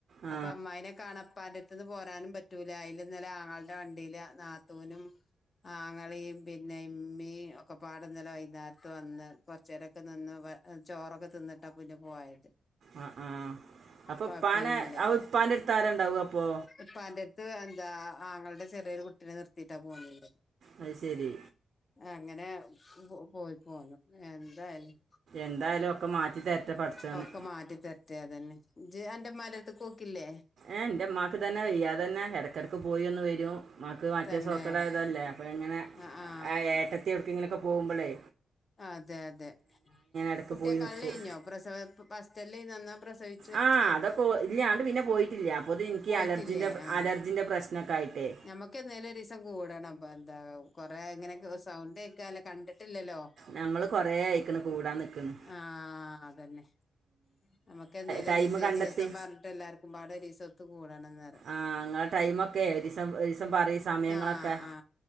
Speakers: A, on the right; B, on the left.
A: ആ
B: അപ്പൊ അമ്മായിനെ കാണപ്പാന്റെ. ന്ന് പോരാനും പറ്റൂല അയില് ഇന്നലെ ആങ്ങളടെ വണ്ടിയില് നാത്തൂനും. ആങ്ങളയും പിന്നെ ഇമ്മീ ഒക്കെ പാടന്നലെ വൈകുന്നേരത്ത് വന്ന്. കൊറച്ചേരൊക്കെ നിന്ന് ചോറൊക്കെ തിന്നിട്ടാ പിന്നെ പോയത്.
A: ആ ആ അപ്പൊ
B: കൊഴപ്പൊന്നുല്ല
A: പ്പാനെ പാന്റെ ടുത്ത് ആരാണ്ടാവുഅപ്പൊ.
B: പ്പാന്റെറ അടുത്ത് എന്താ ആങ്ങളടെ ചെറിയൊരു കുട്ടിനെ നിർത്തിട്ടാ പോന്നത്.
A: അത് ശരി
B: അങ്ങനെ പോയി പോന്നു എന്തായാലും.
A: എന്തായാലും ഒക്കെ മാറ്റി തരട്ടെ പഠിച്ചോന്
B: ഒക്ക മാറ്റി തരട്ടെ അതന്നെ ഇജ് ന്റെ മ്മാന്റെട് ത്ത്ക്ക് പോക്കില്ലേ.
A: ഏ ൻ്റെ മാക്ക് ഇത് ന്നെ വയ്യാത ന്നെ ഇടക്കിടക്ക് പോയിന്ന് വരും മാക്ക് മറ്റേ
B: തന്നെ
A: സോക്കേ ടായതല്ലേ. അപ്പോ ഇങ്ങനെ.
B: ആ ആ
A: ആ ഏട്ടത്തി എവിടക്കെങ്കിലൊക്കെ പോകുമ്പളെ
B: അതെ അതെ
A: ഇടക്ക്
B: കുട്ടിയെക്കാണല്
A: പോയി നിക്കും
B: കഴിഞ്ഞോ പ്രസവ ഫസ്റ്റല്ലേന്നു അന്നാ പ്രസവി.
A: ആ അതൊക്കെ ഇല്ലാ അങ്ങട്ട് പിന്നെ പോയിട്ടില്ല അപ്പൊത്തിന് ഇനിക്ക്
B: പോയിട്ടില്ലേ ആ
A: അലർജിന്റെ പ്രശ്നക്കെ ആയിട്ടെ.
B: ഞമ്മക്ക് എന്നേലും ഒരീസം കൂടണം പ്പാ എന്താ. കൊറേ അങ്ങനെക്കെ സൗണ്ട് കേക്കാല്ല കണ്ടിട്ടില്ലല്ലോ
A: ഞങ്ങള് കൊറേ ആയിക്ക്ണ് കൂടാനിക്കണ്
B: ആ അതന്നെ നമുക്കെന്നേലും
A: ടൈം
B: ഒരീസ
A: കണ്ടെത്തി
B: ദിവസം പറഞ്ഞിട്ട് എല്ലാർക്കുംപാടെ ഒരീസൊത്ത് കൂടണംന്ന്
A: ആ ങ്ങളെ ടൈമൊക്കെ ഒരീസം ഒരീസം പറയ് സമയങ്ങളൊക്കെ
B: ആ ആ